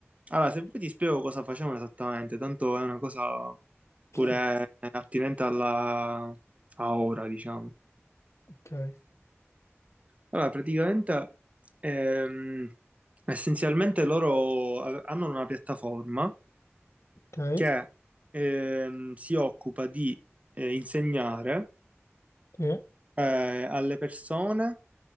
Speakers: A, on the right; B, on the left.
A: Allora, se poi ti spiego cosa facevano esattamente, tanto è una cosa
B: Sì,
A: pure attinente alla... a ora, diciamo.
B: ok,
A: Allora, praticamente, ehm, essenzialmente loro a- hanno una piattaforma
B: ok,
A: che ehm, si occupa di eh, insegnare
B: sì,
A: eh, alle persone